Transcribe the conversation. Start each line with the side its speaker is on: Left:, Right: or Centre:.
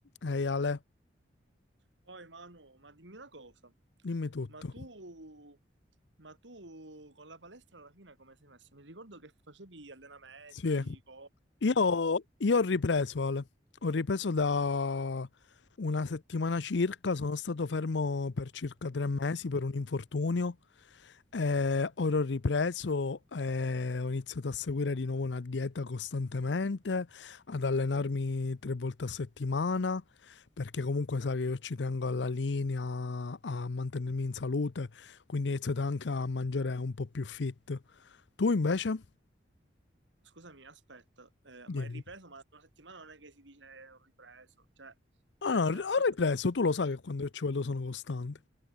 Left: Ehi Ale,
Right: Poi Manu, ma dimmi una cosa,
Left: dimmi tutto.
Right: ma tu, ma tu con la palestra alla fine come sei messo? Mi ricordo che facevi allenamenti,
Left: Sì. eh.
Right: cose...
Left: Io, io ho ripreso, Ale. Ho ripreso da una settimana circa, sono stato fermo per circa tre mesi per un infortunio. Eh, ora ho ripreso, eh, ho iniziato a seguire di nuovo una dieta costantemente, ad allenarmi tre volte a settimana, perché comunque sai che io ci tengo alla linea, a mantenermi in salute, quindi ho iniziato anche a mangiare un po' più fit. Tu invece?
Right: Scusami, aspetta, eh, ma
Left: Dimmi.
Right: hai ripreso? Ma una settimana non è che si dice ho ripreso, cioè, cioè,
Left: Ah,
Right: se-
Left: no,
Right: se-
Left: ho ripreso, tu lo sai che quando io ci vado sono costante.